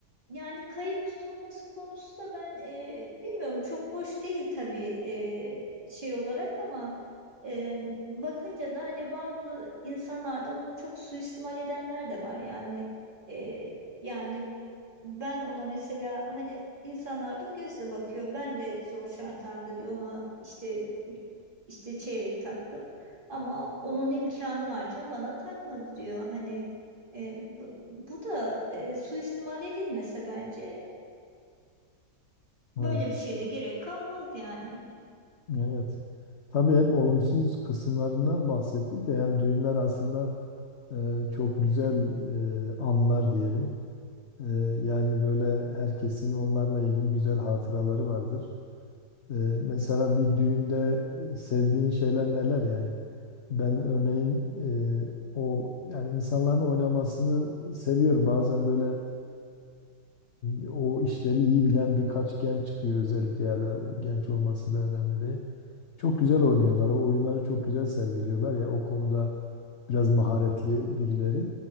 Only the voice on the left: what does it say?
Evet.
Evet. Tabii hep olumsuz kısımlarından bahsettik de yani düğünler aslında e, çok güzel e, anlar diyelim. Ee, yani böyle herkesin onlarla ilgili güzel hatıraları vardır. Ee, mesela bir düğünde e, sevdiğin şeyler neler yani? Ben örneğin e, o yani insanların oynamasını seviyorum. Bazen böyle e, o işleri iyi bilen birkaç genç çıkıyor özellikle ya da genç olması da önemli değil. Çok güzel oynuyorlar. O oyunları çok güzel sergiliyorlar ya. O konuda biraz maharetli birileri.